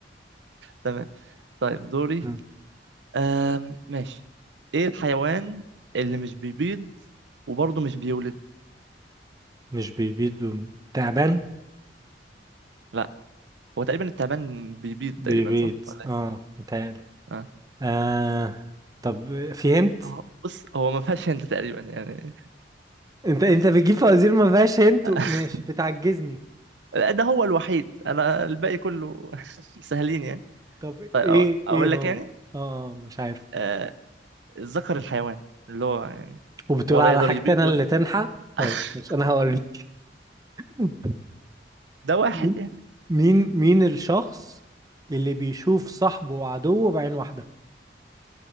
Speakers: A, on the right; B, on the right.
A: تمام طيب دوري
B: مم.
A: آم... ماشي ايه الحيوان اللي مش بيبيض وبرضه مش بيولد
B: مش بيبيض وم- تعبان
A: لا هو تقريبا التعبان بيبيض تقريبا
B: بيبيض
A: صح ولا إيه؟
B: اه متهيألي
A: آه.
B: آه طب في هنت
A: اه بص هو ما فيهاش هنت تقريبا يعني
B: انت انت بتجيب فوازير ما فيهاش هنت
A: <laughs>
B: و- ماشي بتعجزني
A: لا، ده هو الوحيد انا الباقي كله <laughs> سهلين يعني
B: طب
A: طيب
B: ايه
A: أو- اقول
B: ايه
A: لك
B: هو
A: يعني
B: اه آه، مش عارف
A: آه الذكر الحيوان اللي هو يعني
B: وبتقول
A: ولا
B: على
A: يقدر
B: حاجتي
A: يبيض
B: انا اللي
A: ولا
B: تنحى طيب
A: <laughs>
B: مش انا هوريك <laughs>
A: ده واحد
B: مين
A: يعني
B: مين مين الشخص اللي بيشوف صاحبه وعدوه بعين واحدة